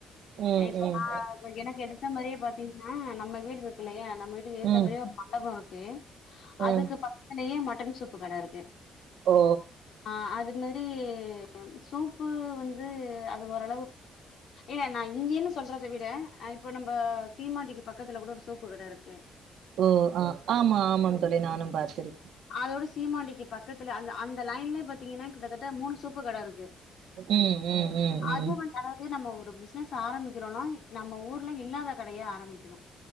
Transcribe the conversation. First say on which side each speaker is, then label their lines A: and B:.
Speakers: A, on the right; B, on the left.
A: ம்
B: இப்ப
A: ம்.
B: மா இப்ப எனக்கு எதுத்தா மாரி பாத்தீங்கன்னா நம்ம வீடுருக்குல்லையா நம்ம வீட்டுக்கு எதுத்தா
A: ம்.
B: மாரியே ஒரு <unintelligible> அதுக்கு
A: ம்.
B: பக்கத்துலேயே மட்டன் சூப்பு கடருக்கு
A: ஓ
B: ஆ அது மேரி சூப்பு வந்து அது ஓரளவுக் இல்ல நா இங்கேன்னு சொல்றத விட அ இப்ப நம்ம சீமாண்டிக்கு பக்கத்துல கூட ஒரு சூப்பு கடருக்கே ம்
A: ஓ ஆ ஆமா ஆமாங் தோழி நானும் பாத்துருக்கே
B: அதோட சீமாண்டிக்கு பக்கத்துல அந்த அந்த லைன்லயே பாத்தீங்கன்னா ட்டு மூணு சூப்பு கடருக்கு
A: ம், ம், ம்,
B: அது
A: ம்.
B: வந்து அதாது இதே நம்ம ஒரு பிஸ்னஸ் ஆரம்பிக்கிறோனா நம்ம ஊர்ல இல்லாத கடையா ஆரம்பிக்கணு